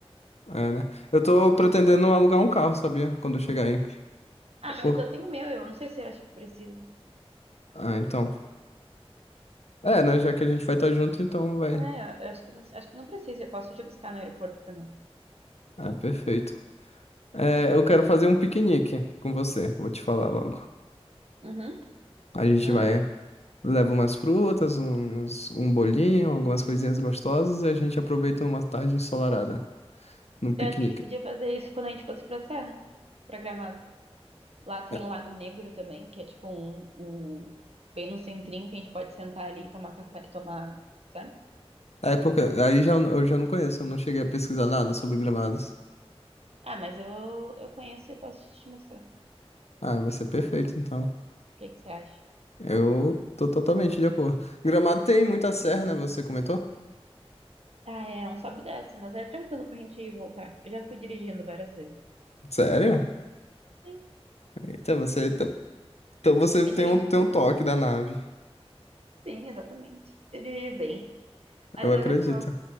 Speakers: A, on the left; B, on the right.
A: É, né? Eu tô pretendendo alugar um carro, sabia? Quando eu chegar aí.
B: Ah,
A: Por...
B: mas eu tenho o meu, eu não sei se eu acho que precisa.
A: Ah, então. É, né? Já que a gente vai estar junto, então vai.
B: É, eu acho que, não- acho que não precisa, eu posso te buscar no aeroporto também.
A: Ah, perfeito. É, eu quero fazer um piquenique com você. Vou te falar logo.
B: Uhum.
A: A gente
B: Hum.
A: vai. Leva umas frutas, uns, um bolinho, algumas coisinhas gostosas e a gente aproveita uma tarde ensolarada, num piquenique.
B: Eu acho que a gente podia fazer isso quando a gente fosse pra Serra, pra Gramado. Lá tem
A: É
B: o Lago Negro também, que é tipo um, um- bem no centrinho que a gente pode sentar ali e tomar café, tomar, sabe?
A: é porque aí já, eu já não conheço, eu não cheguei a pesquisar nada sobre gramados.
B: Ah, mas eu eu conheço e eu posso te mostrar. O
A: Ah, vai ser perfeito então.
B: que que você acha?
A: Eu tô totalmente de acordo. Gramado tem muita serra, né? Você comentou?
B: Ah, é um sobe e desce, mas é tranquilo pra gente ir e voltar. Eu já fui dirigindo várias vezes.
A: Sério?
B: Sim,
A: Eita, você. Então então você
B: eu
A: tem
B: dirijo
A: um, tem
B: bem.
A: um toque da nave.
B: Sim, exatamente. Eu dirijo bem. Mas
A: Eu acredito.
B: olha só,